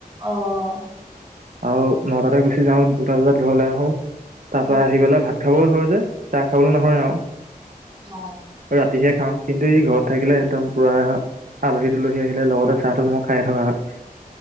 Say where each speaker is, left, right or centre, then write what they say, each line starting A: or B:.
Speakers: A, on the right; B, on the right.
A: অহ।
B: আৰু নটাতে গুচি যাওঁ দুটা বজাত ঘৰলৈ আহো, তাৰপৰা
A: সেইটো
B: আহি পেলায় ভাত খাবই হয় যে, চাহ খাবলৈ নহয় আৰু।
A: হয় <unintelligible>
B: ৰাতিহে খাওঁ। কিন্তু এই ঘৰত থাকিলে একদম পুৰা আলহী-দুলহী আহিলে লগতে চাহটো মোৰো খাই থকা হয়।